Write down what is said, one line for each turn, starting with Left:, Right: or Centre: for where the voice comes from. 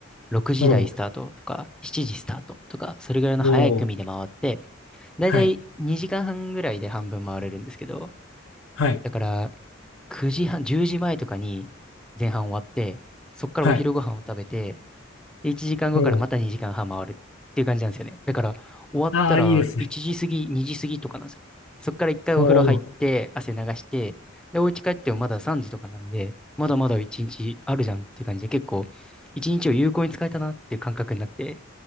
Centre: 6時台スタートとか、
Left: おお、
Centre: 7時スタートとか、それぐらいの早い組で回って、
Left: おお、
Centre: だいたい2時間半ぐらいで半分回れるんですけど、
Left: はい。はい。
Centre: だから9時半、10時前とかに前半終わって、そっからお昼ご飯を食べて、
Left: はい。
Centre: で1時間後からまた2時間半回るっていう感じなんですよね。
Left: おおお
Centre: だから終わったら1時過ぎ、
Left: はいはいはいおおああ、いいですね。
Centre: 2時過ぎとかなんですよ。そっから一回お風呂入って汗流して、
Left: おお。
Centre: で、お家帰ってもまだ3時とかなんで、まだまだ1日あるじゃんっていう感じで結構1日を有効に使えたなっていう感覚になって、